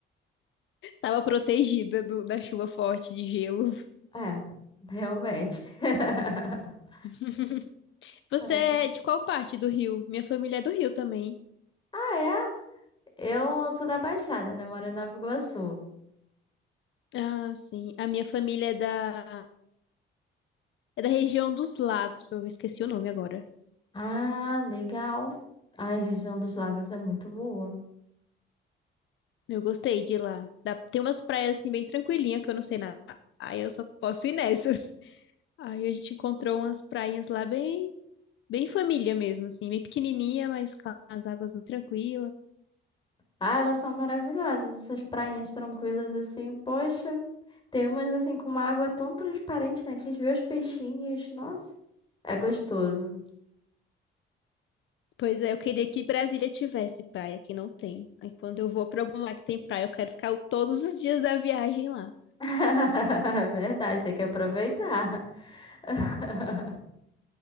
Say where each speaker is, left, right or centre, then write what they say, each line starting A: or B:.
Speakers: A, on the left; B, on the left.
A: Tava protegida do, da chuva forte de gelo.
B: É, realmente. <laughs>
A: <laughs> Você
B: Ai.
A: é de qual parte do Rio? Minha família é do Rio também.
B: Ah, é? Eu sou da Baixada, né? Moro em Nova Iguaçu.
A: Ah, sim. A minha família é da, é da região dos Lagos. Eu esqueci o nome agora.
B: Ah, legal. Ai, a região dos lagos é muito boa.
A: Eu gostei de ir lá. Dá- Tem umas praias assim bem tranquilinha que eu não sei nada. Aí eu só posso ir nessas. <laughs> Aí a gente encontrou umas prainhas lá bem, bem família mesmo, assim, bem pequenininha, mas com as águas bem tranquilas.
B: Ah, elas são maravilhosas, essas prainhas tranquilas assim. Poxa, tem umas assim com uma água tão transparente, né? Que a gente vê os peixinhos. Nossa, é gostoso.
A: Pois é, eu queria que Brasília tivesse praia, que não tem. Aí quando eu vou pra algum lugar que tem praia, eu quero ficar o- todos os dias da viagem lá.
B: <laughs> É Verdade, tem que aproveitar. <laughs>